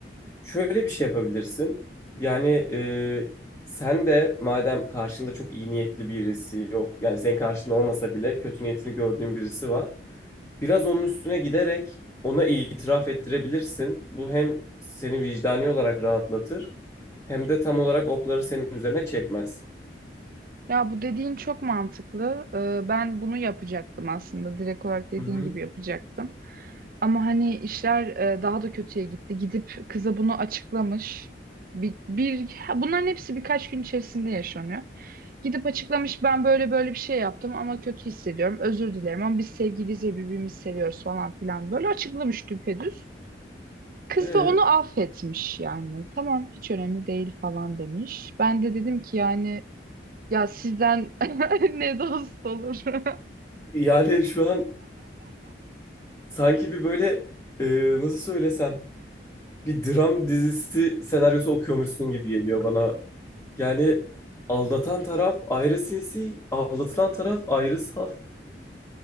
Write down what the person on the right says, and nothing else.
Ya bu dediğin çok mantıklı. Ee, ben bunu yapacaktım aslında. Direkt olarak dediğin
gibi yapacaktım. Ama hani işler e, daha da kötüye gitti. Gidip kıza bunu açıklamış. Bir, bir, ha, bunların hepsi birkaç gün içerisinde yaşanıyor. Gidip açıklamış ben böyle böyle bir şey yaptım ama kötü hissediyorum. Özür dilerim ama biz sevgiliyiz ve birbirimizi seviyoruz falan filan. Böyle açıklamış düpedüz. Kız
da onu affetmiş yani. Tamam hiç önemli değil falan demiş. Ben de dedim ki yani ya sizden <laughs> ne dost olur. <laughs>